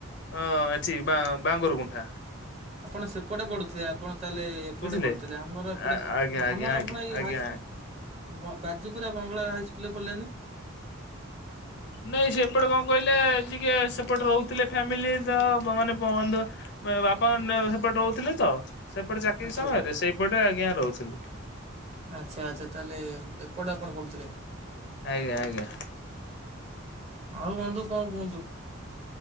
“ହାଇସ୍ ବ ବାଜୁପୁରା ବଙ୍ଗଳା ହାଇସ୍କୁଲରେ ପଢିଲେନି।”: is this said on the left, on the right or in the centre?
Right